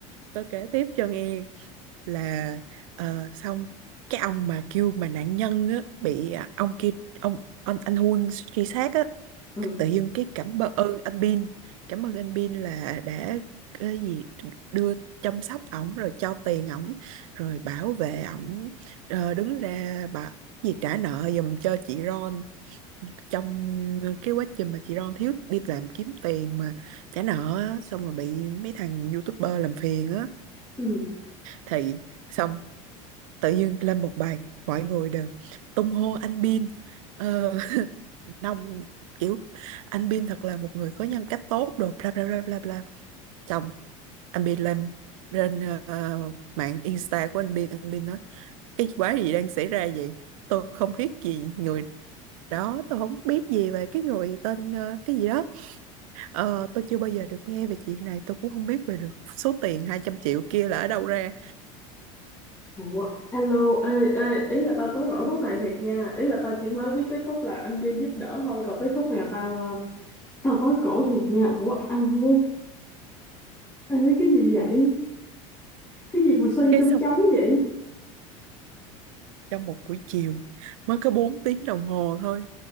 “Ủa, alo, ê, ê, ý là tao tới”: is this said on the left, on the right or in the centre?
Left